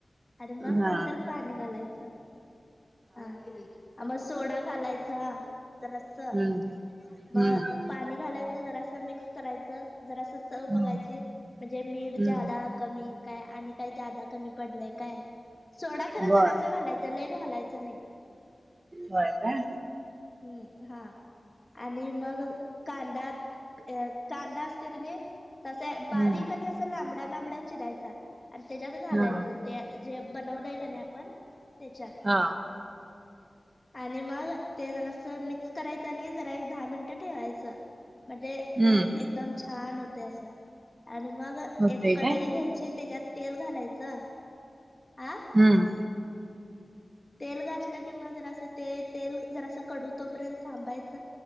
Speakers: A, on the left; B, on the right.
A: आणि मग
B: हा.
A: नंतर पाणी घालायचं हा. मग सोडा घालायचा जरा
B: हम्म
A: मग
B: हम्म.
A: पाणी घालायचं जरासं मिक्स करायचं जरासं चव बघायची
B: हम्म
A: म्हणजे मीठ
B: हम्म
A: जादा कमी काय आणि काय जादा कमी पडलय काय सोडा खरं
B: बर
A: जरा अस घालायच. त्यालाही घालायचं नाही.
B: होय का.
A: हम्म हा आणि मग कांदा अ कांदा असते क त असं बारी
B: हम्म
A: क तंबडा लांबडा चिरायचा आणि त्याच्यात घालायच.
B: हा
A: जे बनवलं आहे की नाही आपण त्याच्यात
B: हा
A: आणि मग ते जरा असं मिक्स करायचं आणि जरा एक दहा मिनटं ठेवायचं. म्हणजे
B: हम्म
A: ते एकदम छान होते असं आणि मग
B: होतय
A: एक कढई
B: काय
A: घ्यायची त्याच्यात तेल घालायचं. आं
B: हम्म.
A: तेल घातलं किंवा जर असं ते तेल जर असं कडू तोपर्यंत थांबायच